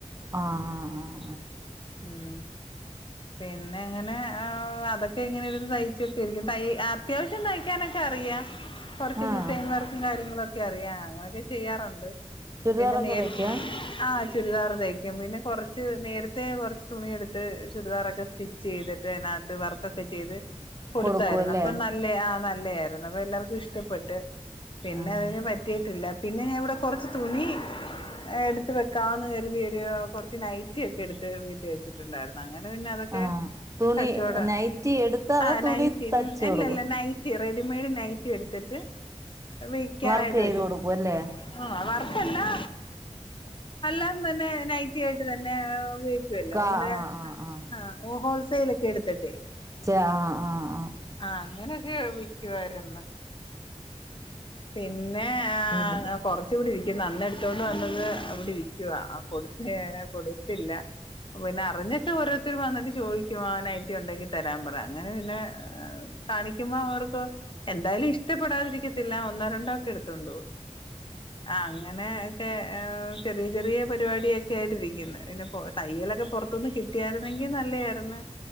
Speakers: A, on the right (about 25°); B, on the left (about 45°).
A: ആഹ് ആഹ് ആഹ്
B: <inaudible> പിന്നെ എങ്ങനെ ആ അതൊക്കെ എങ്ങനെ ഇരുന്ന് തയ്ച്ചൊക്കെ ഇരിക്കും തൈ അത്യാവശ്യം തയ്ക്കാനൊക്കെ അറിയാം കൊറച്ച്
A: ആഹ് ആഹ്
B: ഡിസൈൻ വർക്കും കാര്യങ്ങളും ഒക്കെ അറിയാം അങ്ങനെയൊക്കെ ചെയ്യാറുണ്ട്
A: ചുരിദാറൊക്കെ
B: പിന്നെ നേരി
A: തയ്ക്കും
B: ആ ചുരിദാറ് തയ്ക്കും പിന്നെ കൊറച്ച് നേരത്തെ കൊറച്ച് തുണിയെടുത്ത് ചുരിദാറൊക്കെ സ്റ്റിച്ച് ചെയ്തിട്ട് അയിനത്ത് വർക്കൊക്കെ ചെയ്ത് കൊടുതര്ന്ന്
A: കൊടുക്കും അല്ലേ
B: അപ്പ ന ല്ലെ ആ നല്ലതായിരുന്നു അപ്പൊ എല്ലാർക്കും ഇഷ്ടപ്പെട്ട് പിന്നെ
A: ആഹ്
B: അതിന് പറ്റിയിട്ടില്ല പിന്നെ ഞാൻ ഇവിടെ കൊറച്ച് തുണി എടുത്ത് വെക്കാന്ന് കരുതിയൊരു കൊറച്ച് നൈറ്റി ഒക്കെ എടുത്ത് വീട്ടി വെച്ചിട്ടുണ്ടായിരുന്നു അങ്ങനെ പിന്നെ അതൊക്കെ
A: ആഹ് തുണി
B: കച്ചവടം
A: നൈറ്റി എടുത്താ അതോ
B: ആ
A: തുണി
B: നൈറ്റി
A: തച്ച്
B: ൻ അല്ലല്ല
A: കൊടുക്കും
B: നൈറ്റ് റ്റി റെഡിമെയ്ഡ് നൈറ്റി എടുത്തിട്ട് വിൽക്കാനായിട്ട്
A: വർക്ക് ചെയ്ത്
B: വരും
A: കൊടുക്കും അല്ലേ
B: ആ വർക്കല്ലാ എല്ലാം തന്നെ നൈറ്റി ആയിട്ട് തന്നെ ഉപോഗ
A: കാ
B: <unintelligible>
A: ആഹ് ആഹ്
B: ആഹ് ഓഹൊ ഹോൾസൈലെക്കെഎട്ത്ത്ട്ടെ
A: ച്ചെ ആഹ് ആഹ്
B: ആഹ് അങ്ങനൊക്കെ വിക്കുവാര്ന്നു പിന്നെ ആഹ്
A: ഇവിടെ
B: കൊർ കൊറ്ച്ചൂടിരിക്കു അന്നെട്ത്തോണ്ട് വന്നത് അവിടെരിക്കുവാ ആ കൊടുത്തേ കൊട്ത്തില്ല പിന്നെ അറിഞ്ഞട്ട് ഓരോര്ത്തര് വന്നട്ട് ചോയ്ക്കും ആ നൈറ്റി ഉണ്ടെങ്കി തരാൻപറ അങ്ങനെപിന്നെ കാണിക്കുമ്പോ അവർക്കൊ എന്തായ്ലും ഇഷ്ടപ്പെടാതിരിക്കത്തില്ല ഒ ന്നൊരണ്ടോ ഒക്കെ എടുത്തോണ്ടൊവും ആഹ് അ അങ്ങനെ ക്കെ ആ ചെറിയെചെറിയെ പരിപാടിയൊക്കെയായിട്ടിരിക്കുന്ന് പിന്നെപ്പൊ തയ്യലൊക്കപൊറത്ത്ന്ന് കിട്ടിയാരുന്നെങ്കി നല്ലെയാരുന്ന്